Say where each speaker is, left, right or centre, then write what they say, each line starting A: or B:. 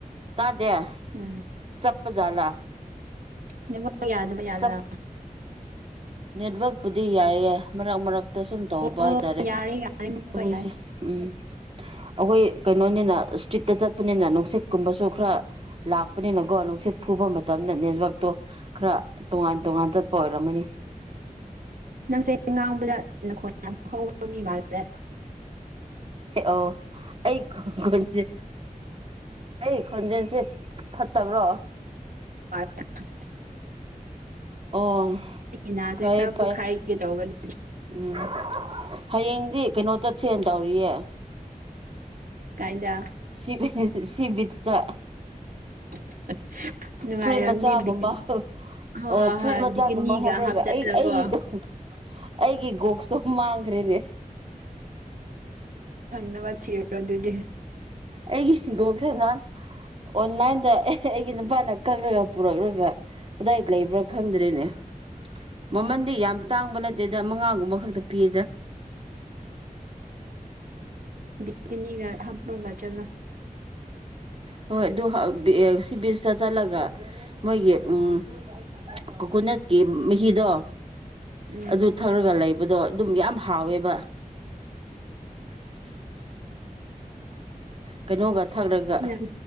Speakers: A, on the right; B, on the right.
A: ꯗꯦ
B: ꯎꯝ
A: ꯆꯞꯄꯖꯥꯠꯂ
B: ꯅꯦꯠꯋꯥꯛ ꯌꯥꯗꯕ ꯖꯥꯠꯂ
A: ꯆꯞ ꯅꯦꯠꯋꯔꯛꯄꯨꯗꯤ ꯌꯥꯏꯌꯦ ꯃꯔꯛ ꯃꯔꯛ ꯇ ꯁꯨꯝ ꯇꯧꯕ
B: ꯑꯣ
A: ꯍꯥꯏꯇꯥꯔꯦ
B: ꯌꯥꯔꯦ
A: ꯑꯩꯈꯣꯏꯁꯦ
B: ꯌꯥꯔꯦ ꯑꯃꯨꯛꯀ ꯌꯥꯏ
A: ꯎꯝ ꯑꯩꯈꯣꯏ ꯀꯩꯅꯣꯅꯤꯅ ꯏꯁꯇ꯭ꯔꯤꯠꯇ ꯆꯠꯄꯅꯤꯅ ꯅꯨꯡꯁꯤꯠꯀꯨꯝꯕꯁꯨ ꯈꯔ ꯂꯥꯛꯄꯅꯤꯅꯀꯣ ꯅꯨꯡꯁꯤꯠ ꯐꯨꯕ ꯃꯠ ꯇꯝꯗ ꯅꯦꯠꯋꯥꯛꯇꯣ ꯈꯔ ꯇꯣꯉꯥꯟ ꯇꯣꯉꯥꯟ ꯆꯠꯄ ꯑꯣꯏꯔꯝꯃꯅꯤ
B: ꯅꯪꯁꯦ ꯉꯥꯡꯕꯗ <unintelligible> ꯃꯤ ꯃꯥꯜꯂꯦ
A: ꯑꯣ ꯑꯩ ꯈꯣꯟꯖꯦ ꯑꯩ ꯈꯣꯟꯖꯦꯜꯁꯦ ꯐꯠꯇꯕ꯭ꯔꯣ
B: <unintelligible>
A: ꯑꯣ
B: ꯑꯩ ꯏꯅꯥꯁꯦ
A: ꯐꯩ
B: ꯈꯔ
A: ꯐꯩ
B: ꯄꯣꯛꯈꯥꯏꯒꯦ ꯇꯧꯕꯅꯤ
A: ꯎꯝ ꯍꯌꯦꯡꯗꯤ ꯀꯩꯅꯣ ꯆꯠꯁꯦꯅ ꯇꯧꯔꯤꯌꯦ
B: ꯀꯥꯏꯗ
A: ꯁꯤ ꯁꯤ ꯕꯤꯆ ꯇ
B: <inaudible> ꯅꯨꯡꯉꯥꯏꯔꯝꯅꯤ
A: ꯐꯨꯔꯤꯠ ꯃꯆꯥꯒꯨꯝꯕ
B: ꯕꯤꯀꯤꯟ ꯍꯣꯏ
A: ꯑꯣ
B: ꯍꯣꯏ
A: ꯐꯨꯔꯤꯠ
B: ꯍꯣꯏ
A: ꯃꯆꯥꯒꯨꯝꯕ
B: ꯕꯤꯀꯤꯅꯤꯒ
A: ꯍꯥꯞꯔꯒ
B: ꯍꯥꯞꯇꯅꯀꯣ
A: ꯑꯩ ꯑꯩꯒꯤ ꯑꯩꯒꯤ ꯒꯣꯛꯁꯇꯣ ꯃꯥꯡꯒ꯭ꯔꯦꯅꯦ
B: ꯅꯕ ꯊꯤꯔꯣ ꯑꯗꯨꯗꯤ
A: ꯑꯩꯒꯤ ꯒꯣꯛꯁꯦ ꯅꯍꯥꯟ ꯑꯣꯟꯂꯥꯏꯟꯗ ꯑꯩꯒꯤ ꯅꯨꯄꯥꯅ ꯀꯛꯂꯒ ꯄꯨꯔꯛꯂꯒ ꯀꯗꯥꯏ ꯂꯩꯕ꯭ꯔꯥ ꯈꯪꯗ꯭ꯔꯦꯅꯦ ꯃꯃꯟꯗꯤ ꯌꯥꯝ ꯇꯥꯡꯕ ꯅꯠꯇꯦꯗ ꯃꯉꯥꯒꯨꯝꯕ ꯈꯛꯇ ꯄꯤꯌꯦꯗ
B: ꯕꯤꯀꯤꯅꯤꯒ ꯍꯥꯞꯔꯒ ꯆꯠꯂꯣ
A: ꯍꯣꯏ ꯑꯗꯨ ꯍꯥ ꯁꯤ ꯕꯤꯆꯇ ꯆꯠꯂꯒ ꯃꯣꯏꯒꯤ ꯎꯝ ꯀꯣꯀꯣꯅꯠꯀꯤ ꯃꯍꯤꯗꯣ
B: ꯎꯝ
A: ꯑꯗꯨ ꯊꯛꯔꯒ ꯂꯩꯕꯗꯣ ꯑꯗꯨꯝ ꯌꯥꯝ ꯍꯥꯎꯋꯦꯕ <inaudible> ꯀꯩꯅꯣꯒ ꯊꯛꯂꯒ
B: ꯌꯥꯝ